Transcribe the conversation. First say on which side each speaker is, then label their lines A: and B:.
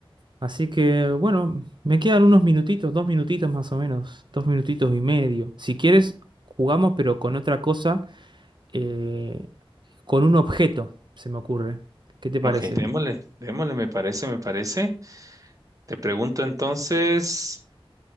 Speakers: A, on the right (about 55°); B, on the right (about 35°).
A: Así que bueno, me quedan unos minutitos, dos minutitos más o menos, dos minutitos y medio. Si quieres, jugamos, pero con otra cosa, eh, con un objeto, se me ocurre. ¿Qué te parece?
B: ok, démosle, démosle, me parece, me parece. Te pregunto entonces,